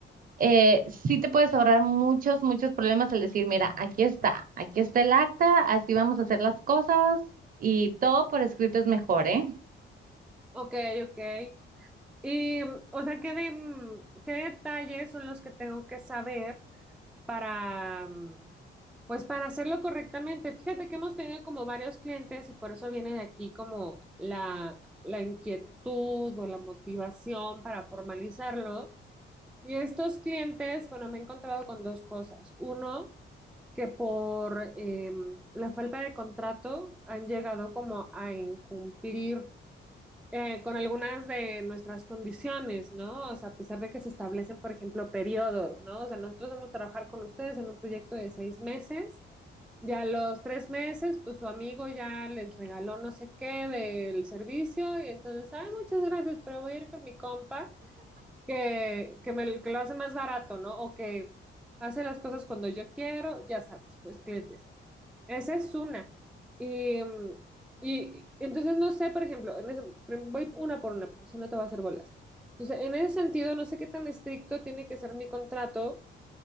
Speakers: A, on the right (about 45°); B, in the centre.
A: eh, sí te puedes ahorrar muchos, muchos problemas al decir, mira, aquí está, aquí está el acta, así vamos a hacer las cosas y todo por escrito es mejor, ¿eh?
B: ok, ok. Y, o sea, ¿qué, de- qué detalles son los que tengo que saber para, mm, pues, para hacerlo correctamente? Fíjate que hemos tenido como varios clientes y por eso viene de aquí como la, la inquietud o la motivación para formalizarlo. Y estos clientes, bueno, me he encontrado con dos cosas. Uno, que por em, la falta de contrato han llegado como a incumplir eh, con algunas de nuestras condiciones, ¿no? O sea, a pesar de que se establecen, por ejemplo, periodos, ¿no? O sea, nosotros vamos a trabajar con ustedes en un proyecto de seis meses. Ya a los tres meses, pues su amigo ya les regaló no sé qué del servicio y entonces, ay, muchas gracias, pero voy a ir con mi compa que, que me que lo hace más barato, ¿no? O que hace las cosas cuando yo quiero, ya sabes, pues clientes. Esa es una. Y, mm, y entonces no sé, por ejemplo, en ese- prim- voy una por una, porque si no te va a hacer bolas. Entonces, en ese sentido, no sé qué tan estricto tiene que ser mi contrato,